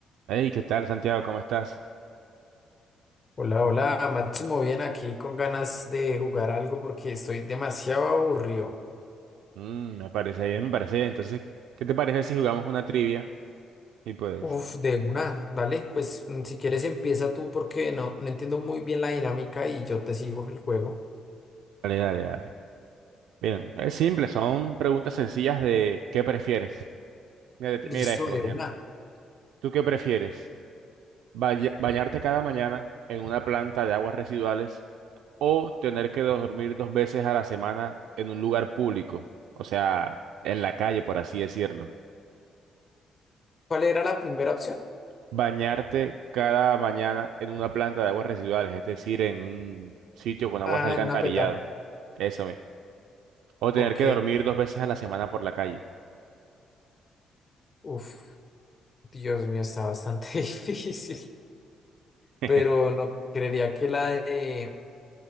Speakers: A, on the right; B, on the left.
A: Hey, ¿qué tal, Santiago? ¿Cómo estás?
B: Hola, hola, Máximo, bien aquí con ganas de jugar algo porque estoy demasiado aburrido.
A: Mm, me parece bien, me parece bien. Entonces, ¿qué te parece si jugamos una trivia? Y pues,
B: Uf, de una, dale, pues mm, si quieres empieza tú porque no, no entiendo muy bien la dinámica y yo te sigo el juego.
A: dale, dale, dale. Bien, es simple, son preguntas sencillas de ¿qué prefieres? Mira, te-
B: Listo,
A: mira esto,
B: de
A: por ejemplo.
B: una.
A: ¿Tú qué prefieres? Baña- ¿Bañarte cada mañana en una planta de aguas residuales o tener que dormir dos veces a la semana en un lugar público? O sea, en la calle, por así decirlo.
B: ¿Cuál era la primera opción?
A: bañarte cada mañana en una planta de aguas residuales, es decir, en un sitio con aguas
B: Ah,
A: de alcantarillado.
B: en una petar.
A: Eso mismo. O
B: Ok,
A: tener que dormir dos veces a la semana por la calle.
B: uf, Dios mío, está bastante <laughs> difícil,
A: <laughs>
B: pero no creería que la de,